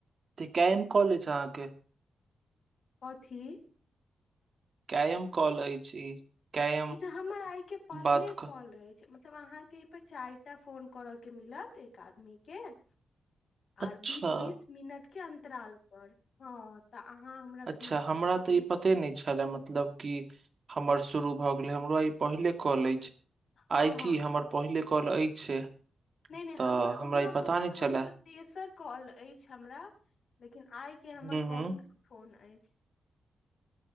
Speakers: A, on the right; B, on the left.
A: तऽ कम कॉलेज अहाँके
B: कथी
A: कायम कॉल अछि ई कायम
B: ई तऽ हमर आइ केँ पहिले
A: बात क
B: कॉल अछि मतलब तब अहाँकेँ एहि पर चारि टा फोन करऽ केँ मिलत एक आदमी केँ
A: अच्छा
B: आर बीस बीस मिनट केँ अन्तराल पर हँ तऽ अहाँ हमरा
A: अच्छा
B: बीस
A: हमरा तऽ ई पते नहि छलए मतलब कि हमर शुरू भऽ गेलय हमरो ई पहिले कॉल अछि
B: हँ
A: आइ
B: हँ
A: की हमर पहिले कॉल अछि
B: नहि नहि
A: तऽ
B: हमर
A: हमरा
B: ओना
A: ई पता
B: कऽ केँ
A: नहि
B: तहन
A: छलए
B: तऽ तेसर कॉल अछि हमरा लेकिन लेकिन आइ केँ हमर
A: हूँ
B: पहिल
A: हूँ
B: फोन अछि